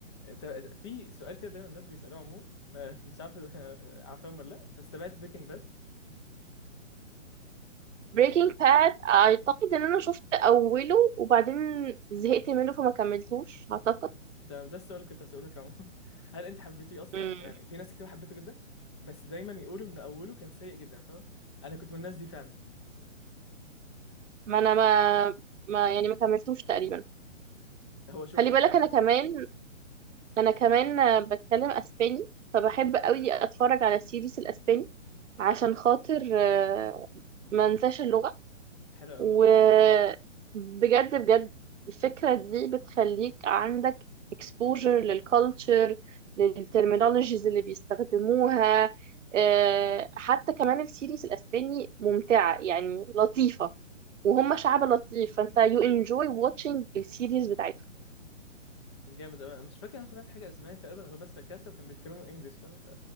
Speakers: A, on the left; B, on the right.
A: ت- في سؤال كده دايما الناس بيسالوه عموما آه، مش عارف <laughs> عارفهم ولا لا بس تابعت بريكنج
B: بريكنج باد اعتقد ان انا شفت اوله وبعدين زهقت منه فما كملتوش اعتقد
A: تمام ده السؤال اللي كنت هسألك عمو <laughs> هل انت حبيتيه اصلا
B: مم.
A: يعني في ناس كتير حبيته جدا بس دايما يقولوا ان اوله كان سيء جدا فاهم انا كنت من الناس دي فعلا
B: ما انا ما ما يعني ما كملتوش تقريبا
A: هو شوفي
B: خلي
A: انت
B: بالك
A: الفكره
B: انا كمان انا كمان آه، بتكلم اسباني فبحب قوي اتفرج على السيريس الاسباني عشان خاطر آه، ما انساش اللغة
A: حلو قوي
B: وبجد بجد الفكرة دي بتخليك عندك exposure للكالتشر للترمينولوجيز اللي بيستخدموها آه، حتى كمان السيريز الأسباني ممتعة يعني لطيفة وهم شعب لطيف فانت you enjoy watching السيريز بتاعتهم
A: جامد قوي مش فاكر انا تابعت حاجه اسباني تقريبا غير بس لا كاسا وكان بيتكلموا انجلش فاهم ف...